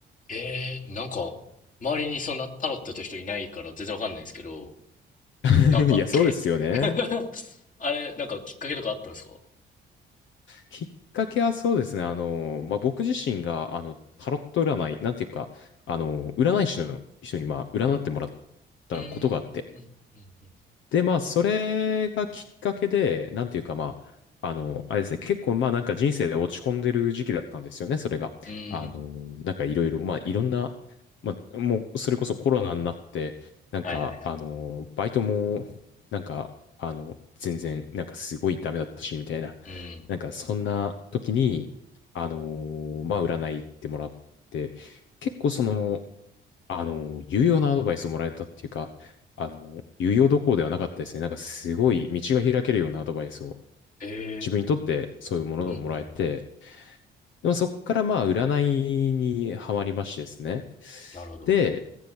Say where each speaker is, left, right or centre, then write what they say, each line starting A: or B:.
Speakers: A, on the left; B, on the left.
A: えー、なんか、周りにそんなタロットやってる人いないから全然わかんないんですけど、
B: <laughs>
A: なんか、
B: いや、そうですよね。
A: け、<laughs> あれ、なんかきっかけとかあったんですか
B: きっかけはそうですね。あの、まあ、僕自身が、あの、タロット占い、なんていうか、あの、占い師の人に、まあ、占ってもらったことがあって、
A: うーん、うん、うん、
B: で、まあ、それがきっかけで、なんていうか、まあ、あの、あれですね、結構、まあ、なんか人生で落ち込んでる時期だったんですよね、それが。
A: うん。うーん。
B: あの、なんかいろいろ、まあ、いろんな、まあ、もう、それこそコロナになって、なんか、
A: はいはいはい。
B: あの、バイトも、なんか、あの、全然、なんかすごいダメだったし、みたいな。
A: うん。
B: なんか、そんな時に、あの、まあ、占い行ってもらって、結構その、あの、有用なアドバイスをもらえたっていうか、あの、有用どころではなかったですね。なんかすごい道が開けるようなアドバイスを
A: ええ
B: 自分にとってそういうものをもらえて、
A: ーうんうん。
B: でもそっからまあ占いにはまりましてですね。
A: なるほど。
B: で、